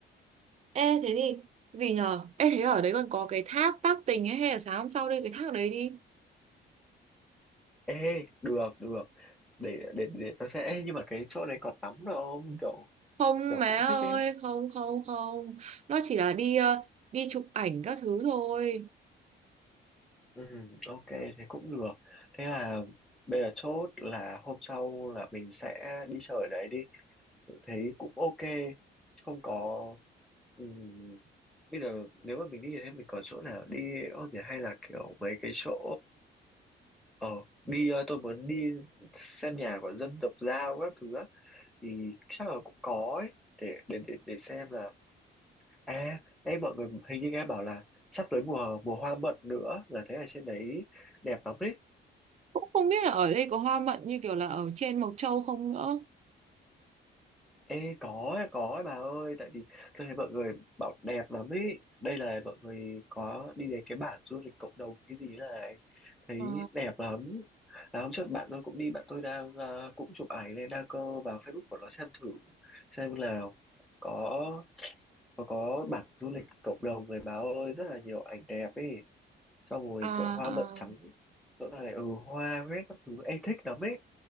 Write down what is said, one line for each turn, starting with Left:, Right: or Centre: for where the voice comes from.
Right: ê thế thì gì nhờ? Ê thế ở đấy còn có cái thác tác tình ấy hay là sáng hôm sau đi cái thác đấy đi.
Centre: Ê, được, được. Để để để tôi sẽ Ê, nhưng mà cái chỗ này có tắm được không? Kiểu
Right: Không
Centre: kiểu
Right: má
Centre: cũng
Right: ơi,
Centre: thích ấy.
Right: không không không. Nó chỉ là đi ờ, đi chụp ảnh các thứ thôi.
Centre: Ừ, ok, thế cũng được. Thế là bây giờ chốt là hôm sau là mình sẽ đi chơi ở đấy đi. Tôi thấy cũng ok không có ừm, bây giờ nếu mà mình đi thì thấy mình còn chỗ nào đi không nhỉ hay là kiểu mấy cái chỗ ờ đi ờ, tôi muốn đi xem nhà của dân tộc Dao các thứ á thì chắc là cũng có ấy để để để, để xem là à em mọi người hình như nghe bảo là sắp tới mùa mùa hoa mận nữa là thấy ở trên đấy đẹp lắm ấy
Right: Cũng không biết là ở đây có hoa mận như kiểu là ở trên Mộc Châu không nữa.
Centre: Ê có ấy, có ấy bà ơi tại vì tôi thấy mọi người bảo đẹp lắm ấy đây là mọi người có đi đến cái bản du lịch cộng đồng cái gì này thấy
Right: Ờ,
Centre: đẹp lắm là hôm trước bạn tôi cũng đi bạn tôi đang à, cũng chụp ảnh lên đăng cơ vào Facebook của nó xem thử xem là có có có bản du lịch cộng đồng này bà ơi rất là nhiều ảnh đẹp ấy xong rồi
Right: à
Centre: kiểu hoa
Right: à.
Centre: mận trắng chỗ này ừ hoa hết các thứ em thích lắm ấy